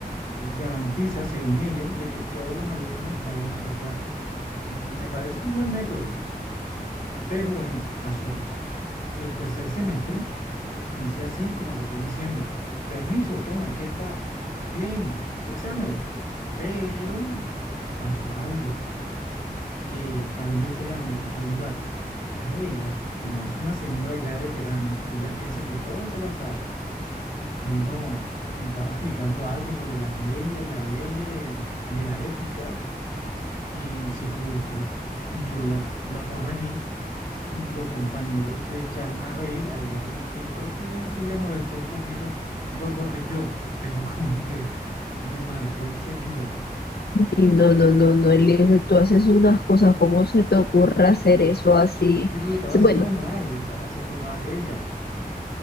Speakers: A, on the left; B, on the left.
A: eh, garantiza, según ella, de que todos los alumnos vayan a su clase. Mm, Me parece un buen método, pero bueno, pasó el tercer semestre y hice así como te estoy diciendo. Permiso, toma, aquí está. Bien, examen. Pero pasó algo que tal vez ella no me quiso ayudar. A ella, como es una señora ya veterana, ella piensa que todo se la sabe. Vino y estaba <laughs> explicando algo sobre las leyes, la ley de, de la ética, y se equivocó. Y yo la, la corregí y los compañeros se echaron a reír. A ella como que yo creo que sí le molestó un poquito, lo corrigió, pero <laughs> como que me marcó enseguida.
B: Y no, no, no, no, Eliezer, tú haces unas cosas, ¿cómo se te ocurre hacer eso así?
A: Pero lo estaba
B: Sí,
A: haciendo
B: Bueno,
A: mal, lo estaba haciendo mal ella.